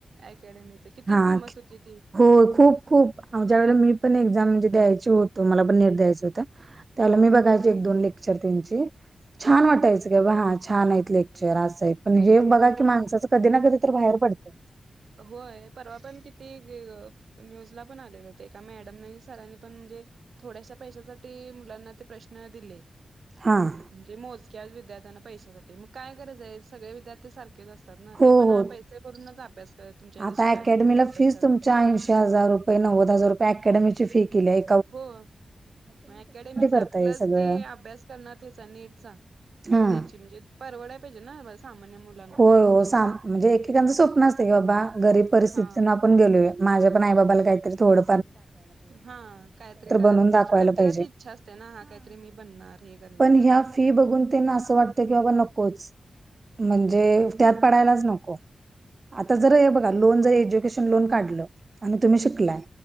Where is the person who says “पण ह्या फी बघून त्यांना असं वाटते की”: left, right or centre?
Right